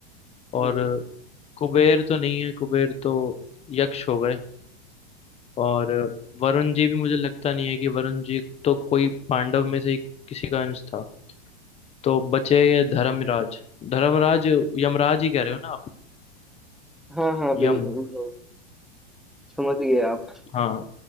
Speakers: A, in the centre; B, on the left.
A: हम्म।
B: और कुबेर तो नहीं है कुबेर तो यक्ष हो गए और वरुण जी भी मुझे लगता नहीं है कि वरुण जी तो कोई पांडव में से किसी का अंश था तो बचे ये धर्मराज धर्मराज यमराज ही कह रहे हो ना आप
A: हाँ हाँ बिल्कुल
B: यम
A: हाँ, समझ गए आप
B: हाँ